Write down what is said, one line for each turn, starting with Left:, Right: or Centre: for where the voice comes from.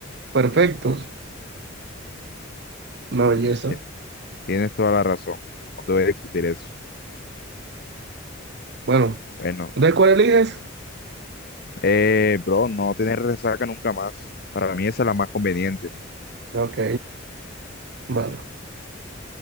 Right: perfectos, una
Left: bueno,
Right: belleza.
Left: Tienes toda la razón. No te voy a discutir eso.
Right: Bueno,
Left: Bueno,
Right: ¿de cuál eliges?
Left: eh, bro, no tener resaca nunca más. Para mí esa es la más conveniente.
Right: Ok, vale.